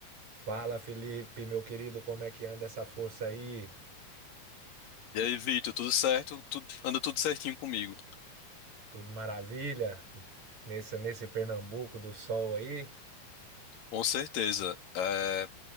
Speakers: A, on the right; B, on the left.
A: Fala, Felipe, meu querido, como é que anda essa força aí?
B: E aí, Vitor, tudo certo? Tudo- anda tudo certinho comigo,
A: Tudo maravilha? Nesse, nesse Pernambuco do sol aí?
B: com certeza. É,